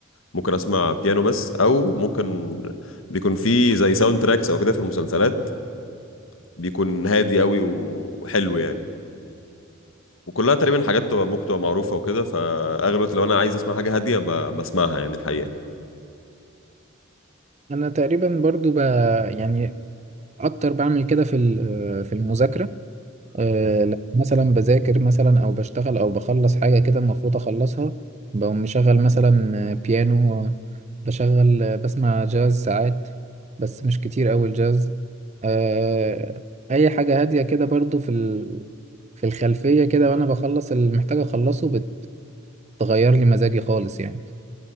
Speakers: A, on the left; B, on the right.
A: ممكن اسمع بيانو بس او ممكن بيكون في زي ساوند تراكس او كده في المسلسلات بيكون هادي قوي وحلو يعني وكلها تقريبا حاجات تبقى ممكن تبقى معروفه وكده فاغلب الوقت لو انا عايز اسمع حاجه هاديه ب- بسمعها يعني الحقيقه
B: انا تقريبا برضو ب... يعني اكتر بعمل كده في ال- في المذاكره أه، لما مثلا بذاكر مثلا او بشتغل او بخلص حاجه كده المفروض اخلصها بقوم مشغل مثلا بيانو بشغل بسمع جاز ساعات بس مش كتير قوي الجاز أه، اي حاجه هاديه كده برضو في ال... في الخلفيه كده وانا بخلص اللي محتاج اخلصه بتغير لي مزاجي خالص يعني